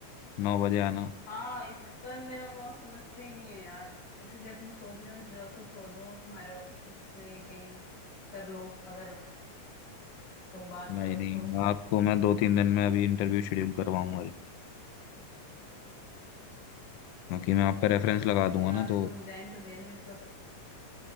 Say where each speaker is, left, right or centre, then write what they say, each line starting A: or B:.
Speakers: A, on the left; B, on the left.
A: नौ बजे आना
B: हाँ इस पर मेरा बहुत समझते ही नहीं है यार इसीलिए तो मैं सोच रही हूँ इस जॉब को छोड़ दूँ और तुम्हारे ऑफिस में ही कहीं कर लो अगर तुम बात
A: नहीं
B: करो
A: नहीं
B: तो
A: आपको मैं दो तीन दिन में अभी इंटरव्यू शेड्यूल करवाऊंगा ही क्योंकि मैं आपका रेफरेंस लगा दूंगा
B: तो यार
A: ना तो
B: वो रिजाइन तो देनी तो प-